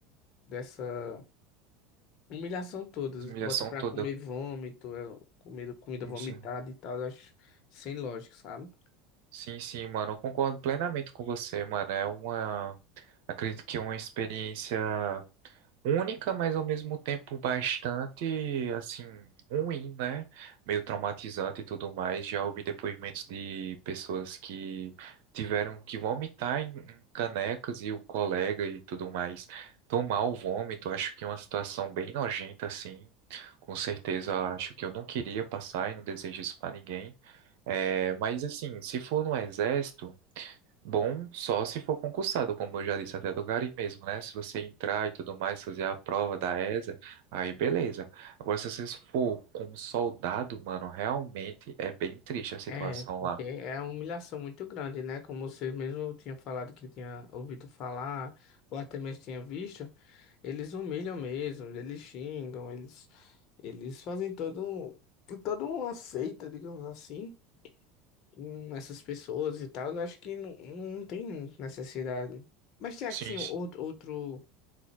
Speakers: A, on the left; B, on the right.
A: dessa humilhação toda.
B: Essa humilhação
A: Bota pra
B: toda.
A: comer vômito, é, comida, comida
B: Sim,
A: vomitada
B: sim,
A: e tal, eu acho sem lógica, sabe?
B: sim, sim, mano. Eu concordo plenamente com você, mano. É uma. Acredito que é uma experiência única, mas ao mesmo tempo bastante, assim, ruim, né? Meio traumatizante e tudo mais. Já ouvi depoimentos de pessoas que tiveram que vomitar em em canecas e o colega e tudo mais tomar o vômito. Acho que é uma situação bem nojenta, assim. Com certeza, acho que eu não queria passar e não desejo isso para ninguém. É, mas assim, se for no exército Bom, só se for concursado, como eu já disse, até do Gari mesmo, né? Se você entrar e tudo mais, fazer a prova da ESA, aí beleza. Agora, se você for como soldado, mano, realmente é bem triste a situação
A: É, porque
B: lá.
A: é uma humilhação muito grande, né? Como você mesmo tinha falado que tinha ouvido falar, ou até mesmo tinha visto, eles humilham mesmo, eles xingam, eles, eles fazem todo um, toda uma seita, digamos assim hum, essas pessoas e tal, eu acho que não, não tem necessidade. Mas tem assim,
B: Sim, sim.
A: outro, outro,